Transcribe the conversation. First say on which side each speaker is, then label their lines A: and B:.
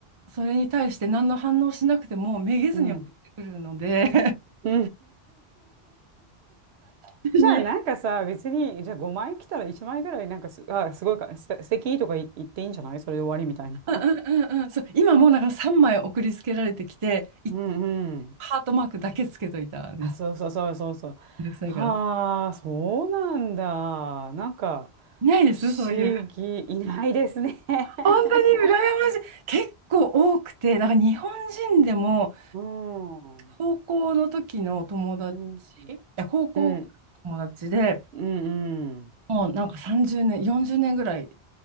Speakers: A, on the right (about 35°); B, on the right (about 80°).
A: それに対して何の反応しなくてもめげずに送ってくるので
B: うん。うん。<laughs> じ
A: <laughs> いや、
B: ゃあなんかさ、別に、じゃあ5枚来たら1枚ぐらいなんかす、あ、すごいか、す素敵とか言言っていいんじゃないそれで終わりみたいな。<laughs>
A: うんうんうんうん、そう、今もうだから3枚送りつけられてきて、い
B: うんうん。
A: ハートマークだけつけといたんです。
B: あ、そうそうそうそうそう。
A: めんどくさいからね。
B: はあ、そうなんだ。なんか、
A: いないです、
B: 不思議、
A: そういう。
B: いないですね。<laughs>
A: 本当に羨ましい。結構多くて、なんか日本人でも、
B: うん。う
A: 高校の時の友達、
B: ん。うん。
A: いや、高校の友達で、
B: うんうん。
A: もうなんか30年、40年ぐらい、